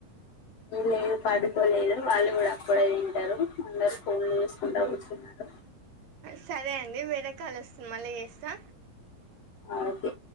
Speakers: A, on the left (about 60°); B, on the right (about 75°).
A: వీళ్ళు వీళ్ళు పడుకోలేదు వాళ్ళు గుడా అప్పుడే తింటారు అందరు ఫోన్లు చేసుకుంటా కూర్చున్నారు
B: సరే అండి వేరే కాల్ వస్తుంది మళ్ళా చేస్తా
A: అకె